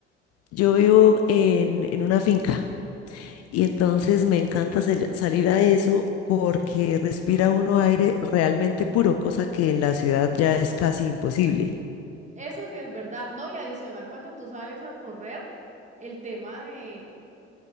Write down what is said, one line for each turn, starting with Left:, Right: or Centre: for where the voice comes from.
Left: yo vivo en, en una finca. Y entonces me encanta sal- salir a eso porque respira uno aire realmente puro, cosa que en la ciudad ya es casi imposible.
Right: eso sí es verdad, ¿no? Y adicional, cuando tú sales a correr, el tema de